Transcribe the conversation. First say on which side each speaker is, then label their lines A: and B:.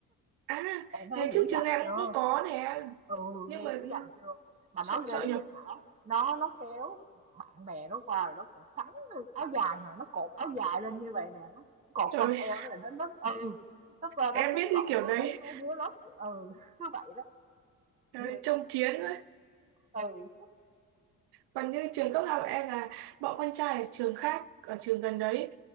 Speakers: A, on the right; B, on the right.
A: À,
B: em thấy
A: ngày
B: dữ
A: trước trường
B: dằn
A: em
B: chưa?
A: cũng cũng có nè,
B: Ừ,
A: nhưng
B: nghe
A: mà
B: dữ dằn chưa? Mà
A: sợ,
B: nó ghê
A: sợ
B: lắm
A: nhập.
B: nha Thảo. Nó nó kéo bạn bè nó qua rồi nó còn sắn lên áo dài mà nó cột áo dài lên như vậy nè, nó cột
A: Rồi,
B: quanh eo nó là nó nó ừ, nó qua
A: em
B: nó quýnh
A: biết cái
B: lộn
A: kiểu
B: với
A: đấy,
B: mấy mấy đứa lớp ừ, <laughs> cứ vậy đó.
A: Trời,
B: Ghê
A: trông
B: thật.
A: chiến ấy.
B: Ừ.
A: Còn như trường cấp học em là bọn con trai ở trường khác, ở trường gần đấy,